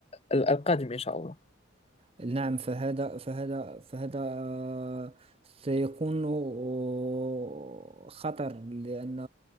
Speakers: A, on the left (about 30°); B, on the right (about 30°).
A: ال- القادم إن شاء الله
B: نعم فهذا فهذا فهذا آه، سيكون آه، خطر لأن